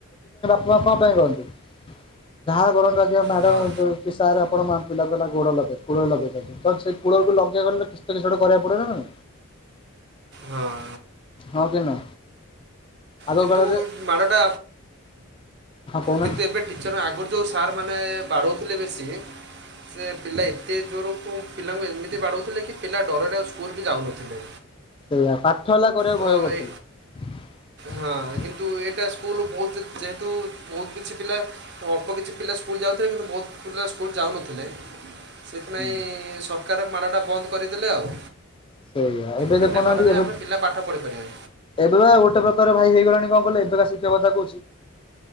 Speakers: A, on the left (about 25°); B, on the right (about 50°).
A: କଣ ପାଇଁ କରନ୍ତି ଯାହା କରନ୍ତୁ? ମାଡ଼
B: ହଁ
A: ବି ସାର ଆ ମ ପିଲା <unintelligible> କୂଳ ଲଗେଇ ତ ସେଇ କୂଳକୁୁ ଲଗେଇବାକୁ ଗଲେ କିଛି କିଛି ଗୋଟେ କରିବାକୁ ପଡନାଇ
B: ହଁ
A: ହଁ କି ନା ଆଗ
B: କିନ୍ତୁ
A: କାଳେ
B: ମାଡ଼ଟା
A: ହଁ କହୁନାହାନ୍ତି
B: କିନ୍ତୁ ଏବେ ଟିଚର୍ ଆଗରୁ ଯେଉଁ ସାର୍ ମାନେ ବାଡୋଉଥିଲେ ବେଶୀ ସେ ପିଲା ଏତେ ଜୋର ତୋ ପିଲାଙ୍କୁ ଏମିତି ବାଡୋଉ ଥିଲେ କି ପିଲା ଡରରେ ଆଉ ସ୍କୁଲ ବି ଯାଉନଥିଲେ।
A: ସେଇଆା ପାଠ ହେଲା କରିବାକୁ
B: ତ
A: ଭୟ କରୁଥିଲେ।
B: ଏ ହଁ କିନ୍ତୁ ଏଇଟା ସ୍କୁଲ ବହୁ ଯେହେତୁ ବହୁତ କିଛି ପିଲା ଅଳ୍ପ କିଛି ପିଲା। ସ୍କୁଲ ଯାଉଥିଲେ କିନ୍ତୁ ବହୁତ ପିଲା ସ୍କୁଲ ଯାଉନଥିଲେ ସେଥିପାଇଁ
A: ହୁଁ
B: କାରଣରୁ ମାଡ଼ଟା ବନ୍ଦ କରିଦେଲେ ଆଉ।
A: ସେଇଆା ଏବେ
B: ବିନା
A: ଦେଖୁନାହାନ୍ତି
B: ମାଡ଼ରେ
A: ଏବେ
B: ଆମେ ପିଲା ପାଠ ପଢ଼ିପାରିବେ
A: ଏବେ ବା ଗୋଟେ ପ୍ରକାର ଭାଇ ହେଇଗଲା। କବେକା ଶଥା କକା